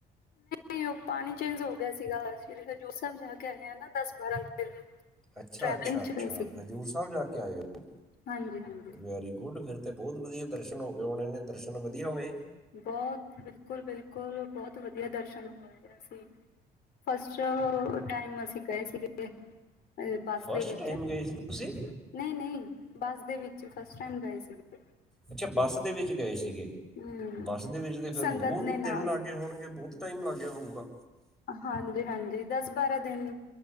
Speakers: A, on the left; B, in the centre.
A: ਨਈਂ ਉਹ ਪਾਣੀ ਚੇਂਜ ਹੋ ਗਿਆ ਸੀਗਾ, ਸ਼੍ਰੀ ਹਜ਼ੂਰ ਸਾਹਿਬ ਜਾ ਕੇ ਆਏ ਆਂ ਨਾਂ ਦਸ ਬਾਰਾਂ ਦਿਨ।
B: ਅੱਛਾ
A: ਟਰੈਵਲਿੰਗ
B: ਅੱਛਾ
A: ਚ
B: ਅੱਛਾ,
A: ਰਹੇ ਸੀਗੇ
B: ਹਜ਼ੂਰ ਸਾਹਿਬ ਜਾ ਕੇ ਆਏ ਔ
A: ਹਾਂਜੀ ਹਾਂਜੀ
B: ਵੈਰੀ ਗੁੱਡ ਫਿਰ। ਤੇ ਬਹੁਤ ਵਧੀਆ ਦਰਸ਼ਨ ਹੋ ਗਏ ਹੋਣੇ ਨੇਂ ਦਰਸ਼ਨ ਵਧੀਆ ਹੋਏ।
A: ਬਹੁਤ ਬਿਲਕੁਲ ਬਿਲਕੁਲ ਬਹੁਤ ਵਧੀਆ ਦਰਸ਼ਨ ਹੋ ਗਏ ਸੀ। ਚਲੋ ਟਾਈਮ ਅਸੀਂ ਗਏ ਸੀਗੇ, ਬੱਸ
B: ਫਸਟ
A: ਦੇ ਵਿੱਚ
B: ਟਾਈਮ ਗਏ ਸੀ ਤੁਸੀਂ
A: ਨਈਂ ਨਈਂ, ਬੱਸ ਦੇ ਵਿੱਚ ਫਸਟ ਟਾਈਮ ਗਏ ਸੀਗੇ।
B: ਅੱਛਾ ਬੱਸ ਦੇ ਵਿੱਚ ਗਏ ਸੀਗੇ।
A: ਹਮ।
B: ਬੱਸ ਦੇ ਵਿੱਚ ਤੇ ਫਿਰ
A: ਸੰਗਤ
B: ਬਹੁਤ
A: ਦੇ ਨਾਲ
B: ਦਿਨ ਲੱਗ ਹੋਣਗੇ ਬਹੁਤ ਬਹੁਤ ਟਾਈਮ ਲੱਗ ਗਿਆ ਹੋਊਗਾ।
A: ਹਾਂਜੀ ਹਾਂਜੀ, ਦਸ ਬਾਰਾਂ ਦਿਨ